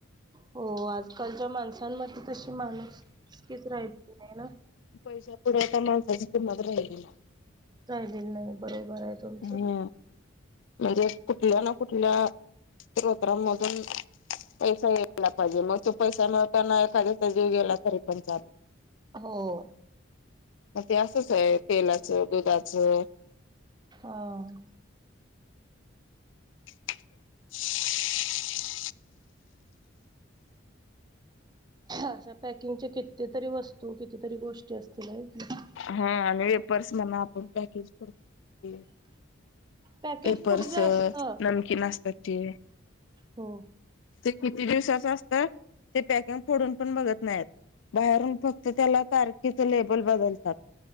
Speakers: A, on the right; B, on the left.
A: हो आजकालच्या माणसांमध्ये तशी माणूसकीच राहिली नाही ना.
B: पैशापुढे आता माणसाची किंमतच राहिली नाहीये.
A: राहिलेली नाही. बरोबर आहे. तुमचं
B: हम्म. म्हणजे कुठल्या ना कुठल्या स्त्रोत्रांमधून पैसा ये याला पाहिजे मग तो पैसा मिळताना एखाद्याचा जीव गेला तरी पण चालतं.
A: हो.
B: मग ते असंच आहे तेलाचं, दुधाचं
A: हा.
B: <inaudible>
A: अशा पॅकिंगच्या कितीतरी वस्तू, कितीतरी गोष्टी असतील आहे की नई.
B: हा आणि वेपर्स म्हणा आपण पॅकेज <unintelligible>
A: पॅकेज
B: वेफर्स,
A: फूड जे असत
B: नमकीन असतात ती
A: हो
B: ते किती दिवसाच असतंय ते पॅकिंग फोडून पण बघत नाहीत. बाहेरून फक्त त्याला तारखेचं लेबल बदलतात.